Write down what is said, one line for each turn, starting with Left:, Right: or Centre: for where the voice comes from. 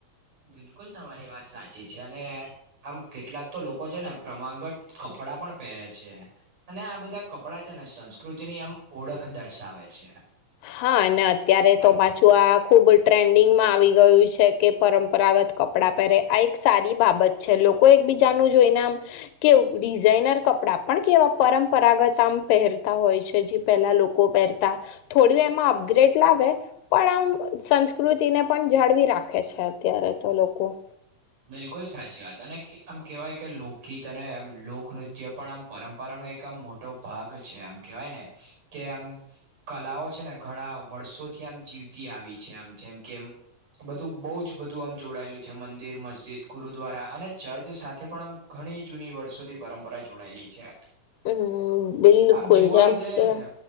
Right: બિલકુલ તમારી વાત સાચી છે અને આમ કેટલાક તો લોકો છે ને પ્રમાંગત કપડાં પણ પહેરે છે. અને આ બધા કપડાં છે ને સંસ્કૃતિ ની એમ ઓળખ દર્શાવે છે.
Left: હા અને અત્યારે
Right: અને
Left: તો પાછું આ ખૂબ ટ્રેન્ડિંગમાં આવી ગયું છે કે પરંપરાગત કપડાં પહેરે આ એક સારી બાબત છે લોકો એક બીજાનું જોઈને આમ કેવુક ડિઝાઇનર કપડા પણ કેવા પરંપરાગત આમ પહેરતા હોય છે જે પહેલા લોકો પહેરતા થોડ એમાં અપગ્રેડ લાવે પણ આમ સંસ્કૃતિને પણ જાળવી રાખે છે અત્યારે તો લોકો
Right: બિલકુલ સાચી વાત અને આમ કહેવાય કે લોકગીત અનેમ લોકનૃત્ય પણ આમ પરંપરાનું એક એક આમ મોટો ભાગ છે આમ કેવાય ને કે આમ કલાઓ છે ને ઘણા વર્ષોથી આમ જીવતી આવી છે આમ જેમ કેમ બધું બઉ જ બધું આમ જોડાયેલું છે મન મંદિર મસ્જિદ ગુરુદ્વારા અને ચર્ચ સાથે પણ આમ ઘણી જૂની વર્ષોથી પરંપરા જોડાયેલી છે.
Left: હમ્મ બિલકુલ
Right: આમ જોવા
Left: જેમ
Right: જઈએ
Left: કે
Right: ને